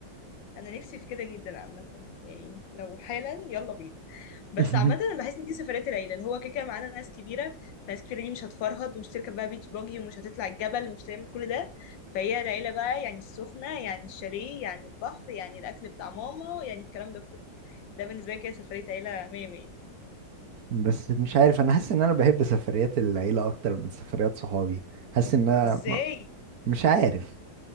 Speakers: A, on the left; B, on the right.
A: انا نفسي في كده جدا عامه يعني لو حالا يلا بينا بس
B: <laughs>
A: عامة انا بحس ان دي سفرية العيلة اللي هو كده كده معانا ناس كبيرة فناس كبيرة دي مش هتفرهد ومش تركب بقى بيتش باجي ومش هتطلع الجبل ومش تعمل كل ده فهي العيلة بقى يعني السخنة يعني الشاليه يعني البحر يعني الأكل بتاع ماما يعني الكلام ده كله ده بالنسبة لي كده سفرية عيلة مية مية
B: بس مش عارف انا حاسس ان انا بحب سفريات العيله اكتر من سفريات صحابي حاسس ان انا
A: ازاي؟
B: م- مش عارف